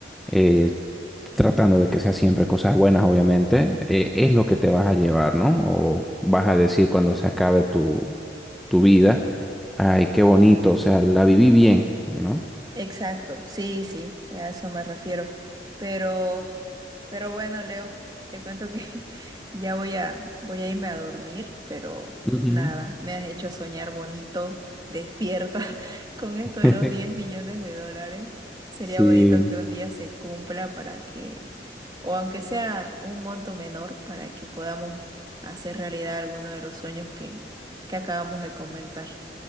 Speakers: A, in the centre; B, on the right (about 20°).
A: eh, tratando de que sea siempre cosas buenas, obviamente, eh, es lo que te vas a llevar, ¿no? O vas a decir cuando se acabe tu, tu vida, ay, qué bonito, o sea, la viví bien, ¿no?
B: Exacto, sí, sí, a eso me refiero. Pero, pero bueno, Leo, te cuento que <laughs> ya voy a, voy a irme a dormir, pero
A: Ujú.
B: nada, me has hecho soñar bonito, despierta <laughs> con esto
A: <laughs>
B: de los 10 millones de dólares. Sería
A: Sí,
B: bonito que un día se cumpla para que, o aunque sea un monto menor, para que podamos hacer realidad alguno de los sueños que, que acabamos de comentar.